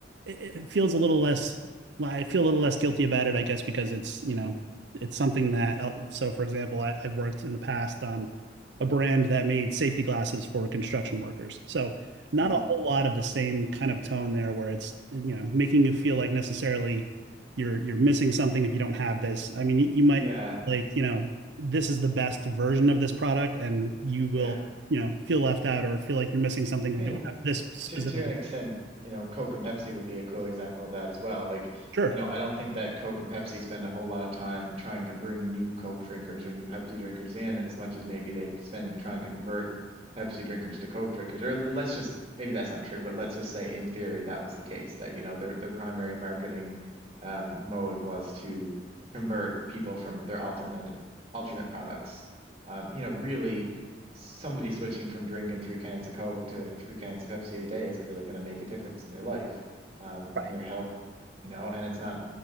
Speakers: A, on the right (about 70°); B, on the right (about 35°).
A: it, it feels a little less, I feel a little less guilty about it, I guess, because it's, you know, it's something that, uh, so for example, I, I worked in the past on a brand that made safety glasses for construction workers. So not
B: Mhm.
A: a whole lot of the same kind of tone there where it's, you know, making you feel like necessarily you're you're missing something if you don't have this. I mean, you might
B: Yeah,
A: like, you know, this is the best version of this product and you will,
B: yeah.
A: you know, feel left out or feel like you're missing something if
B: I mean,
A: you don't have this specific
B: to to an
A: one.
B: extent, you know, Coke and Pepsi would be a cool example of that as well. Like,
A: Sure.
B: you know, I don't think that Coke and Pepsi spend a whole lot of time trying to bring new Coke drinkers or new Pepsi drinkers in as much as maybe they spend trying to convert Pepsi drinkers to Coke drinkers. Or let's just, maybe that's not true, but let's just say in theory that was the case, that, you know, their their primary marketing um, mode was to convert people from their alternate alternate products. Um, you know, really somebody switching from drinking three cans of Coke to three cans of Pepsi a day isn't really going to make a difference in their life, um,
A: Right.
B: in their health, you know, and it's not,